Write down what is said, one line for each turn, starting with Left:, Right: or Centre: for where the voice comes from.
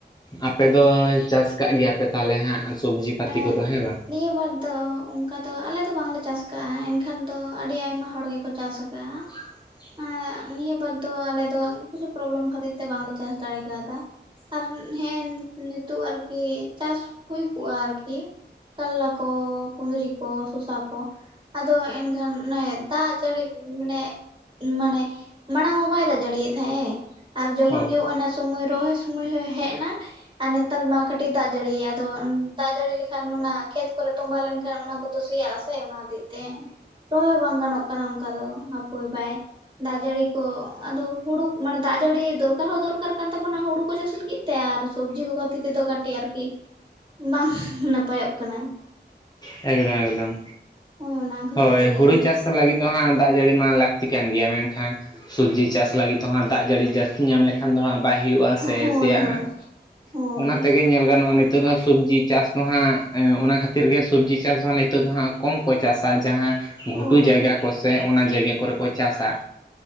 Left: ᱟᱯᱮ ᱫᱚ ᱪᱟᱥ ᱠᱟᱜ ᱜᱮᱭᱟᱯᱮ ᱛᱟᱞᱦᱮ ᱦᱟᱸᱜ ᱥᱚᱵᱽᱡᱤ ᱯᱟᱹᱛᱤ
Right: ᱮᱸᱜ
Left: ᱠᱚᱫᱚ ᱦᱮᱸ ᱵᱟᱝ?
Right: ᱱᱤᱭᱟᱹ ᱵᱟᱨ ᱫᱚ ᱚᱱᱠᱟ ᱫᱚ ᱟᱞᱮ ᱫᱚ ᱵᱟᱝᱞᱮ ᱪᱟᱥ ᱟᱠᱟᱜᱼᱟ ᱮᱱᱠᱷᱟᱱ ᱫᱚ ᱟᱹᱰᱤ ᱟᱭᱢᱟ ᱦᱚᱲ ᱜᱮᱠᱚ ᱪᱟᱥ ᱠᱟᱜ-ᱟ᱾
Left: <inaudible>
Right: ᱮᱸᱜ ᱱᱤᱭᱟᱹ ᱵᱟᱨ ᱫᱚ ᱟᱞᱮ ᱫᱚ ᱠᱤᱪᱷᱩ ᱯᱨᱚᱵᱽᱞᱮᱢ ᱠᱷᱟᱹᱛᱤᱨ ᱛᱮ ᱵᱟᱝᱞᱮ ᱪᱟᱥ ᱫᱟᱲᱮ ᱠᱟᱣᱫᱟ᱾ ᱟᱨ ᱱᱮᱜ-ᱮ ᱱᱤᱛᱳᱜ ᱟᱨᱠᱤ ᱪᱟᱥ ᱦᱩᱭ ᱠᱚᱜᱼᱟ ᱟᱨᱠᱤ ᱠᱟᱞᱞᱟ ᱠᱚ, ᱠᱩᱸᱫᱽᱨᱤ ᱠᱚ, ᱥᱚᱥᱟ ᱠᱚ ᱟᱫᱚ ᱮᱱᱠᱷᱟᱱ ᱚᱱᱮ ᱫᱟᱜ ᱡᱟᱹᱲᱤ ᱢᱟᱱᱮ ᱢᱟᱱᱮ ᱢᱟᱲᱟᱝ ᱢᱟ ᱵᱟᱭ ᱫᱟᱜ ᱡᱟᱲᱤᱭᱮᱫ ᱛᱟᱦᱮᱸᱜ, ᱟᱨ ᱡᱚᱠᱷᱚᱱ
Left: ᱦᱳᱭ
Right: ᱜᱮ ᱱᱚᱜ-ᱚᱭ ᱱᱮᱥ ᱥᱚᱢᱚᱭ ᱨᱚᱦᱚᱭ ᱥᱩᱢᱚᱭ ᱦᱚᱸᱭ ᱦᱮᱡ ᱮᱱᱟ ᱟᱨ ᱱᱮᱛᱟᱨ ᱢᱟ ᱠᱟᱹᱴᱤᱡ ᱫᱟᱜ ᱡᱟᱹᱲᱤᱭ ᱟᱫᱚ ᱫᱟᱜ ᱡᱟᱹᱲᱤ ᱞᱮᱠᱷᱟᱱ ᱚᱱᱟ ᱠᱷᱮᱛ ᱠᱚᱨᱮ ᱛᱳᱸᱵᱟ ᱞᱮᱱ ᱠᱷᱟᱱ ᱚᱱᱟ ᱠᱚᱫᱚ ᱥᱮᱭᱟ ᱟᱥ ᱥᱮ ᱚᱱᱟ ᱦᱚᱛᱮᱡ ᱛᱮ ᱨᱚᱦᱚᱭ ᱦᱚᱸ ᱵᱟᱝ ᱜᱟᱱᱚᱜ ᱠᱟᱱᱟ ᱚᱱᱠᱟ ᱫᱚ ᱦᱟᱯᱟ. ᱭ ᱵᱟᱭ ᱫᱟᱜ ᱡᱟᱹᱲᱤ ᱠᱚ ᱟᱫᱚ ᱦᱩᱲᱩ ᱢᱟᱱᱮ ᱫᱟᱜ ᱡᱟᱹᱲᱤ ᱫᱚᱨᱠᱟᱨ ᱦᱚᱸ ᱫᱚᱨᱠᱟᱨ ᱠᱟᱱ ᱛᱟᱵᱚᱱᱟ ᱦᱩᱲᱩ ᱠᱚ ᱪᱟᱥ ᱞᱟᱹᱜᱤᱫ ᱛᱮ ᱟᱨ ᱥᱚᱵᱽᱡᱤ ᱠᱚ ᱠᱷᱟ. ᱛᱤᱨ ᱛᱮ ᱫᱚ ᱠᱟ. ᱴᱤᱡ ᱟᱨᱠᱤ ᱵᱟᱝ ᱱᱟᱯᱟᱭᱚᱜ ᱠᱟᱱᱟ ᱾
Left: ᱮᱠᱫᱚᱢ - ᱮᱠᱫᱚᱢ
Right: ᱦᱳᱭ ᱚᱱᱟ ᱠᱷᱟᱹᱛᱤᱨ
Left: ᱦᱳᱭ
Right: ᱛᱮᱜᱮ
Left: ᱦᱩᱲᱩ ᱪᱟᱥ ᱞᱟᱹᱜᱤᱫ ᱫᱚ ᱦᱟᱸᱜ ᱫᱟᱜ ᱡᱟᱹᱲᱤ ᱢᱟ ᱞᱟᱹᱠᱛᱤ ᱠᱟᱱ ᱜᱮᱭᱟ ᱢᱮᱱᱠᱷᱟᱱ ᱥᱚᱵᱽᱡᱤ ᱪᱟᱥ ᱞᱟᱹᱜᱤᱫ ᱛᱮᱦᱚᱸ ᱫᱟᱜ ᱡᱟᱹᱲᱤ ᱡᱟᱹᱥᱛᱤ ᱧᱟᱢ ᱞᱮᱠᱷᱟᱱ ᱫᱚ ᱦᱟᱸᱜ ᱵᱟᱭᱼᱼ ᱦᱩᱭᱩᱜᱼᱟ ᱥᱮ
Right: ᱦᱳᱭ
Left: ᱥᱮᱭᱟᱜᱼᱟ
Right: ᱦᱳᱭ ᱦᱳᱭ
Left: ᱚᱱᱟ ᱛᱮᱜᱮ ᱧᱮᱞ ᱜᱟᱱᱚᱜ-ᱟ ᱱᱤᱛᱼᱼ ᱱᱤᱛᱚᱜ ᱫᱚ ᱥᱚᱵᱽᱡᱤ ᱪᱟᱥᱫᱚ ᱦᱟᱸᱜ ᱚᱱᱟ ᱠᱷᱟᱹᱛᱤᱨ ᱜᱮ ᱥᱚᱵᱽᱡᱤ ᱪᱟᱥᱫᱚ ᱱᱤᱛᱚᱜ ᱫᱚ ᱦᱟᱸᱜ ᱠᱚᱢ ᱠᱚ ᱪᱟᱥᱟ ᱡᱟᱦᱟᱸ ᱜᱷᱩᱴᱩ
Right: ᱦᱳᱭ
Left: ᱡᱟᱭᱜᱟ ᱠᱚᱼᱼ ᱥᱮ ᱚᱱᱟ ᱡᱟᱭᱜᱟ ᱠᱚᱨᱮ ᱠᱚ ᱪᱟᱥᱟ,